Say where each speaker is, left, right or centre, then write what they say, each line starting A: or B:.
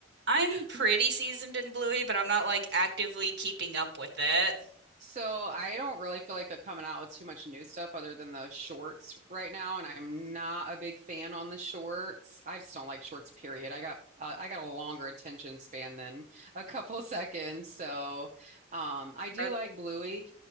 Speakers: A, on the right; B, on the right.
A: I'm pretty
B: <laughs>
A: seasoned in Bluey, but I'm not like actively keeping up with it.
B: So I don't really feel like they're coming out with too much new stuff other than the shorts right now, and I'm not a big fan on the shorts. I just don't like shorts, period. I got uh, I got a longer attention span than a couple <laughs> seconds, so um, I do
A: Or
B: like Bluey.